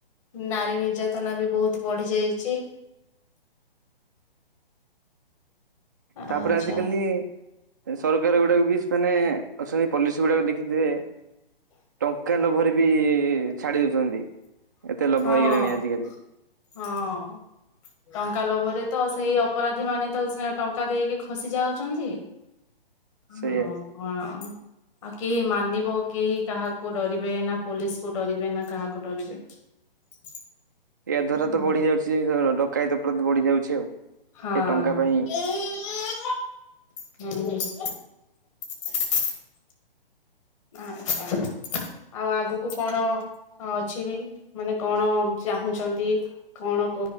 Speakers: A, on the left; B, on the right.
A: ନାରୀ ନିର୍ଯାତନା ବି ବହୁତ ବଢି ଯାଇଛି। ଆଚ୍ଛା।
B: ତାପରେ ଆଜିିକାଲି ସରକାର ଗୁଡାକ ବି ସୋନେ ଅଛନ୍ତି ପଲିସି ଗୁଡାକ ଦେଖିଦେବେ। ଟଙ୍କା ଲୋଭରେ ବି ଛାଡି ଦଉଛନ୍ତି। ଏତେ ଲୋଭ
A: ହଁ
B: ହେଇଗଲାଣି ଆଜିକାଲି।
A: ହଁ। ଟଙ୍କା ଲୋଭରେ ତ ସେଇ ଅପରାଧୀ ମାନେ ତ ଟଙ୍କା ଦେଇକି ଖସି ଯାଉଛନ୍ତି। ହଉ
B: ସେଇଆ
A: କଣ। ଆଉ କେହି ମାନିବ କେହି କାହାକୁ ଡରିବେ ନା ପୋଲିସକୁ ଡରିବେ ନା କାହାକୁ ଡରିବେ? <inaudible>
B: ଏୟା ଦ୍ୱାରା
A: ହଁ।
B: ତ ବଢି ଯାଉଛି ଡକାୟତ <unintelligible> ବଢି ଯାଉଛି ଆଉ
A: ହଁ।
B: ସେ ଟଙ୍କା ପାଇଁ
A: ହୁଁ। ଆଛା। ଆଉ ଆଗକୁ କଣ ଅଛି ବି ମାନେ କଣ ଚାହୁଁଛନ୍ତି କଣ?